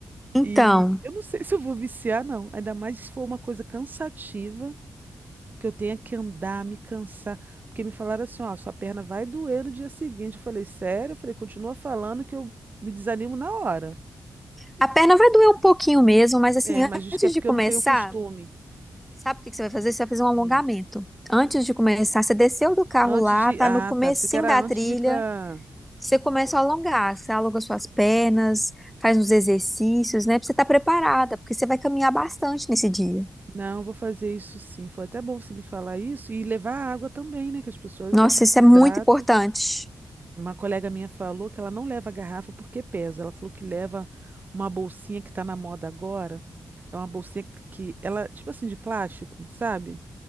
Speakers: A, in the centre; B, on the right.
A: Então,
B: E eu não sei <laughs> se eu vou viciar, não. Ainda mais se for uma coisa cansativa, que eu tenha que andar, me cansar. Porque me falaram assim, ó, sua perna vai doer no dia seguinte. Eu falei, sério? Eu falei, continua falando que eu me desanimo na hora.
A: a perna vai doer um pouquinho mesmo, mas assim,
B: É, mas diz
A: antes
B: que é porque
A: de começar.
B: eu não tenho costume.
A: Sabe o que que você vai fazer? Você vai fazer um alongamento.
B: Hum.
A: Antes de começar, você desceu do carro
B: Antes
A: lá,
B: de.
A: tá
B: Ah,
A: no comecinho
B: tá. Pensei que era
A: da
B: antes
A: trilha,
B: de ir pra.
A: você começa a alongar, você alonga suas pernas, faz uns exercícios, né? Pra você estar preparada, porque você vai caminhar bastante nesse dia.
B: Não, eu vou fazer isso sim. Foi até bom você me falar isso. E levar água também, né? Que as pessoas
A: Nossa,
B: acho que
A: isso
B: se
A: é
B: hidratam.
A: muito importante.
B: Uma colega minha falou que ela não leva garrafa porque pesa. Ela falou que leva uma bolsinha que tá na moda agora. É uma bolsinha que que ela, tipo assim, de plástico, sabe?